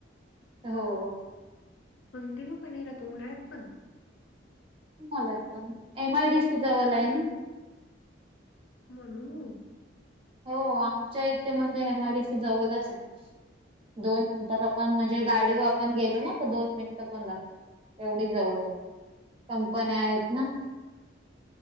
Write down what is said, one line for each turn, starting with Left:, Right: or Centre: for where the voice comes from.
Right: हो.
Left: कंटिन्यू पाणी राहत. उन्हाळ्यात पण?
Right: मलात पाणी. एम आय डी सि जवल
Left: बस
Right: आहे ना.
Left: म्हणून.
Right: हो हो. आमच्या इथे म्हणजे एम आय डी सी जवळच आहे. दोन मिनटात आपण म्हणजे गाडीव आपण गेलो ना तर दोन मिनटं पण लागतं. एवढीच जवळ ये, कंपन्या आहेत ना.